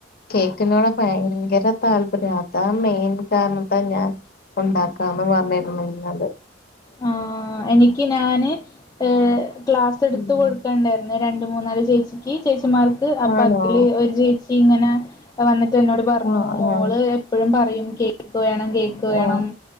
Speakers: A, on the left (about 55°); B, on the left (about 20°).
A: കേക്കിനോട് ഭയങ്കര താല്പര്യ അതാ മെയിൻ കാരണത്താ ഞാൻ ഉണ്ടാ കാന്ന് പറഞ്ഞതരുന്നല്ണ്ട്
B: ആ എനിക്ക് ഞാന് ഏ ക്ലാസ്സ് എടുത്ത
A: ഉം
B: കൊടുക്കണ്ടായിരുന്നേ രണ്ട് മൂന്നാല് ചേച്ചിക്ക് ചേച്ചി മാർക്ക് അപ്പൊ
A: ആണോ
B: അതില് ഒരു ചേച്ചി ഇങ്ങനെ വന്നിട്ട് എന്നോട് പറഞ്ഞു
A: ആഹ്
B: മോള്
A: ആഹ്
B: എപ്പോഴും പറഞ്ഞ ഫയും കേക്ക് വേണം കേക്ക് വേണം
A: ആഹ്